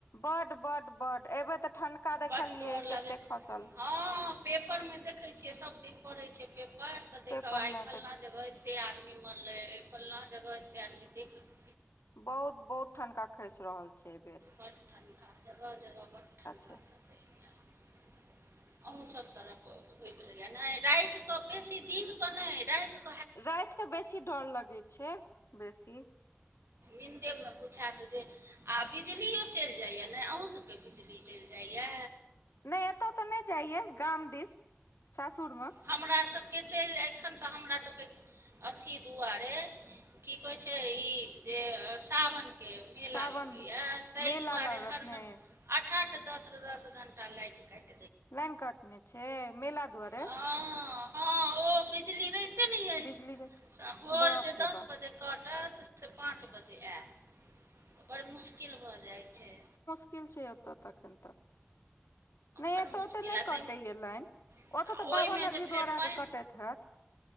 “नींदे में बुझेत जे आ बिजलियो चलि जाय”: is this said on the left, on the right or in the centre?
Right